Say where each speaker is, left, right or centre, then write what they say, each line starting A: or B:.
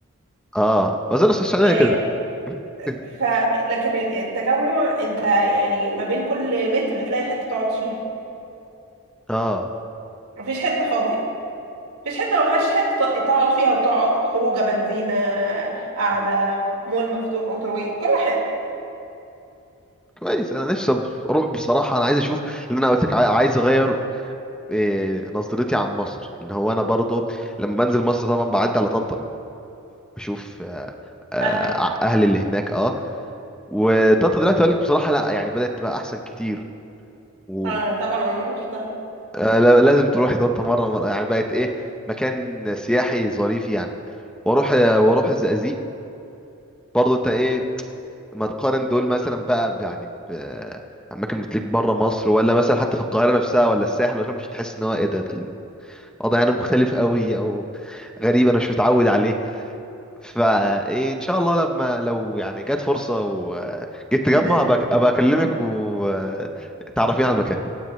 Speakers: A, in the centre; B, on the right.
A: اه وزير السعوديه
B: يعني
A: كده <laughs>
B: ف لكن التجمع انت يعني ما بين كل متر هتلاقي حتة تقعد فيها
A: اه
B: مفيش حتة فاضية مفيش حتة ما فيهاش حتة ت- تقعد فيها وتقعد خروجة بنزينة قاعدة
A: مم.
B: مول مفتوح ووتر واي كل حتة
A: كويس انا نفسي اروح بصراحه انا عايز اشوف لان انا قلت لك عايز اغير إيه نظرتي عن مصر ان هو انا برضو لما بنزل مصر طبعا بعدي على طنطا بشوف آه، آه،
B: اهلك
A: اهلي اللي هناك اه وطنطا دلوقتي اقول لك بصراحه لا يعني بدات تبقى احسن كتير و
B: آه طبعا انا رحتها
A: آه، لا- لازم تروحي طنطا مره مره يعني بقت ايه مكان سياحي ظريف يعني واروح آه، واروح الزقازيق برضو انت ايه ما تقارن دول مثلا بقى ب- يعني ب اماكن بتليك بره مصر ولا مثلا حتى في القاهره نفسها ولا الساحل عشان مش تحس ان هو ايه ده ده الوضع هنا مختلف قوي او غريب انا مش متعود عليه فايه ان شاء الله لما لو يعني جت فرصة وجيت
B: نزلت
A: تجمع ابقى أبقى اكلمك
B: آه،
A: وتعرفين على المكان